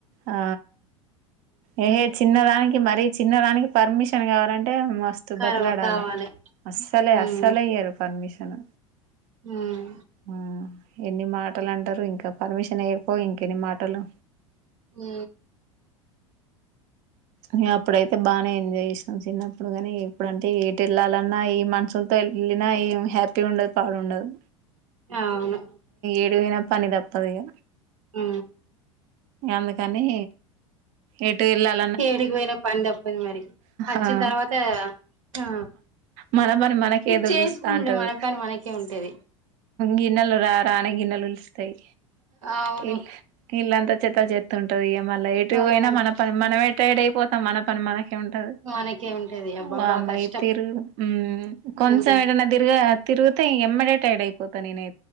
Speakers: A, on the right; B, on the right.
A: ఆ ఎహే చిన్నదానికి మరీ చిన్నదానికి పర్మిషన్ కావాలం టే మస్త్
B: కరవ
A: బతిలాడాలే
B: కావాలి
A: అస్సలె
B: ఉమ్
A: అస్సలె ఇయ్యరు పర్మిషన్
B: ఉమ్
A: ఆ ఎన్ని మాటల్ అంటరు ఇంకా పర్మిషన్ ఏపో ఇంకెన్ని మాటలు
B: మ్
A: నా అప్పుడైతే బానే ఎంజాయ్ చేస్న చిన్నప్పుడు గని ఇప్పుడంటే ఎటెళ్లాలన్నా మనుషుల్తో ఎళ్ళిన ఏం హ్యాపీ ఉండదు పాడుండదు.
B: అవును
A: ఏడు పని తప్పదు ఇగ
B: ఆ
A: అందుకని ఎటు ఎల్లాల్
B: ఏడికిపోయిన పని తప్పది మరి అచ్చిన్
A: ఆ
B: తర్వాత ఆ
A: మన పని మనకే ఎదురు
B: చేస్కునుడే
A: చూస్తా ఉంటది
B: మన పని మనకే ఉంటది.
A: గిన్నెలు రా రా అని గిన్నెలు పిలుస్తయి.
B: అవును
A: ఇల్ ఇళ్లంత చెత్త చెత్ ఉంటది ఇగ మళ్ళ ఎటు
B: అవును
A: పోయినా మన పని మనమే టైడ్ అయిపోతం. మన పని మనకే ఉంటది.
B: మనకే ఉంటది అబ్బాబా
A: వామ్మో
B: కష్టం
A: ఈ తిరుగుడు మ్ కొంచం
B: ఉమ్
A: ఎటన్న తిరుగ తిరుగుతే ఎమ్మడే టైడ్ అయిపోత నేనై